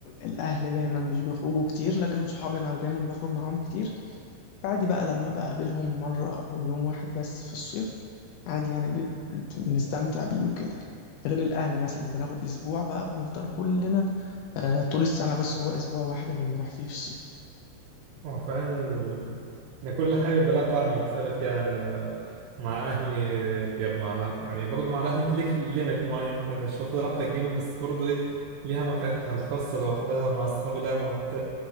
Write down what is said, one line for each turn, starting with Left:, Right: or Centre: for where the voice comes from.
Left: الاهل دايما مش بيخرجوا كتير لكن صحابي انا دايما بخرج معاهم كتير فعادي بقى لما بقابلهم مرة أو يوم واحد بس في الصيف عادي يعني ب- بنت- بنستمتع بيه وكده غير الأهل مثلا بناخد أسبوع بقى بنفضل كلنا آه طول السنة بس هو أسبوع واحد اللي بنروح فيه في الصيف
Right: هو فعلا ال- إن كل حاجة بلا طعم مختلف يعني آه، مع أهلي آه، غير مع يعني برضه مع الأهل أنت ليك ليميت معين أنت مش واخد راحتك جامد بس برضه إيه ليها متعتها الخاصة لوحدها مع أصحابي لها مت...